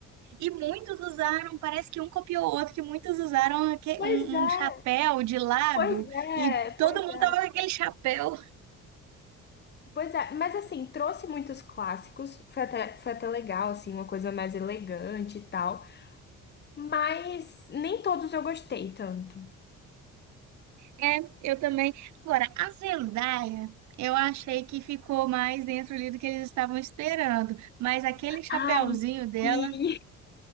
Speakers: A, on the right (about 70°); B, on the left (about 35°).
A: E muitos usaram, parece que um copiou o outro, que muitos usaram aque-
B: Pois
A: um,
B: é,
A: um chapéu de lado
B: pois é,
A: e todo
B: pois
A: mundo
B: é,
A: tava com aquele chapéu.
B: pois é. Mas assim, trouxe muitos clássicos, foi até, foi até legal, assim, uma coisa mais elegante e tal. Mas nem todos eu gostei tanto.
A: É, eu também. Agora, a Zendaya, eu achei que ficou mais dentro ali do que eles estavam esperando, mas aquele chapéuzinho
B: Ai,
A: dela
B: sim,